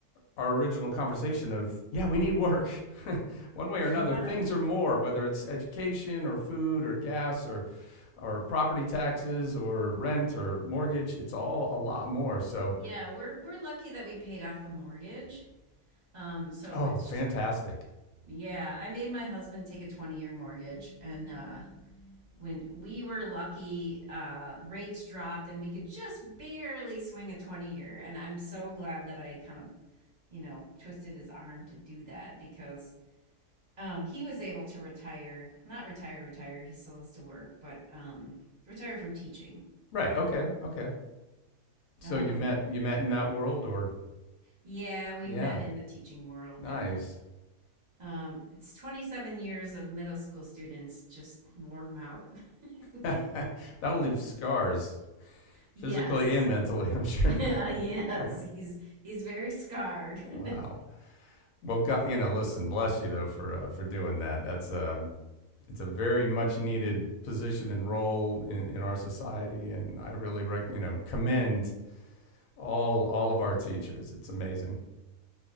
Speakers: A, on the left (about 70°); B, on the right (about 35°).
A: our original conversation of yeah we need work <laughs> one way or another
B: Yeah.
A: things are more whether it's education or food or gas or or property taxes or rent or mortgage it's all a lot more so
B: Yeah, we're we're lucky that we paid off the mortgage. Um, so
A: oh
B: it's
A: fantastic
B: just yeah, I made my husband take a 20-year mortgage and uh when we were lucky, uh rates dropped and we could just barely swing a 20-year and I'm so glad that I kind of, you know, twisted his arm to do that because um he was able to retire, not retire retire, he still has to work, but um retire from teaching.
A: right okay okay so
B: Um
A: you met you met in that world or
B: yeah, we
A: yeah
B: met in the teaching world
A: nice
B: and Um, it's 27 years of middle school students just warm out. <laughs>
A: <laughs> that'll leave scars
B: yes.
A: physically and mentally i'm sure
B: <laughs> yes,
A: <laughs>
B: he's he's very scarred.
A: wow
B: <laughs>
A: well god you know listen bless you though for uh, for doing that that's um it's a very much needed position and role in, in our society. And I really, rec- you know, commend all all of our teachers. It's amazing.